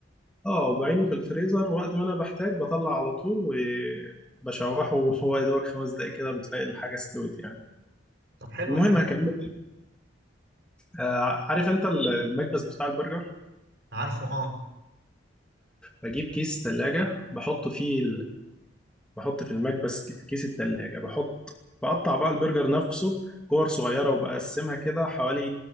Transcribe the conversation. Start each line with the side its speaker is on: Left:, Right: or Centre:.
Centre: اه بعينه في الفريزر وقت ما انا بحتاج بطلع على طول وبشوحه وهو يا دوبك خمس دقايق كده بتلاقي الحاجه استوت يعني
Right: طب حلو
Centre: المهم
Right: قوي
Centre: هكمل آه، عارف انت المكبس بتاع البرجر
Right: عارفه اه
Centre: بجيب كيس ثلاجه بحط فيه بحط في المكبس ك- كيس التلاجة بحط بقطع بقى البرجر نفسه كور صغيرة وبقسمها كده حوالي